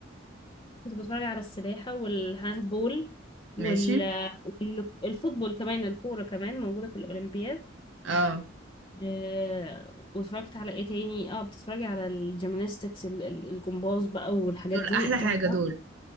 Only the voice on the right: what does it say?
ماشي
اه
دول
احلى
حاجه دول